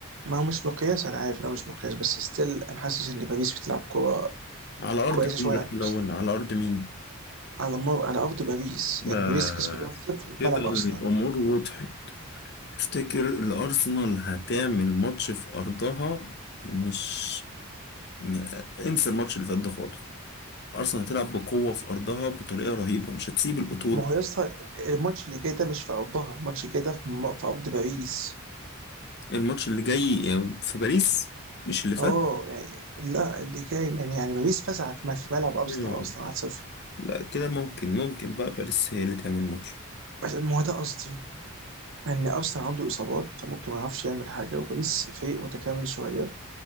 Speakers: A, on the right; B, on the left.
A: ما هو مش مقياس انا عارف إنه مش مقياس بس ستيل انا حاسس ان باريس بتلعب كوره
B: على أرض
A: كويسه شويه
B: مين بس
A: عن
B: الأول
A: ارسنال
B: على أرض مين
A: على مر على ارض باريس
B: بس
A: يعني باريس كسبت 1-0 في
B: كده
A: ملعب
B: الأمور
A: ارسنال
B: وضحت تفتكر الأرسنال هتعمل ماتش في أرضها مش م... انسى الماتش اللي فات ده خالص أرسنال هتلعب بقوة في أرضها بطريقة رهيبة مش هتسيب البطولة
A: ما هو يا اسطى الماتش اللي جاي ده مش في ارضها الماتش اللي جاي ده في م- في ارض باريس
B: الماتش اللي جاي في باريس مش اللي فات
A: اه يعني لا اللي جاي يعني يعني باريس فزعت ما في ملعب ارسنال
B: آه.
A: اصلا 1-0
B: لا كده ممكن ممكن بقى باريس هي اللي تعمل ماتش
A: ما هو ده قصدي ان ارسنال عنده اصابات فممكن ما يعرفش يعمل حاجه وباريس فريق متكامل شويه